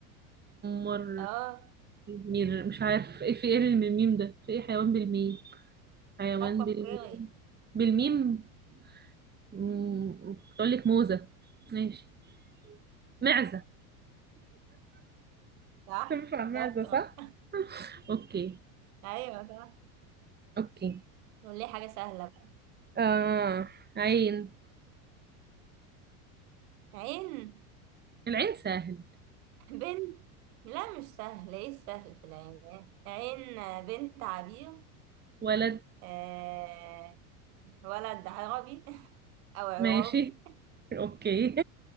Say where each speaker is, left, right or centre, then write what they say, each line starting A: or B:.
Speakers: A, on the right; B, on the right.
A: مر
B: اه
A: مير مش عارف ايه في ايه اللي من الميم ده في ايه حيوان بالميم حيوان
B: لا تفكري
A: بالميم بالميم مم، كنت اقول لك موزة ماشي معزة
B: صح
A: تنفع معزة
B: شاطرة
A: صح؟ اوكي
B: أيوة صح
A: اوكي
B: نقول ليه حاجة سهلة بقى
A: آه عين
B: عين
A: العين سهل
B: بنت لا مش سهل ايه السهل في العين عين بنت عبير
A: ولد
B: آه... ولد عربي <laughs> أو عرابي
A: ماشي اوكي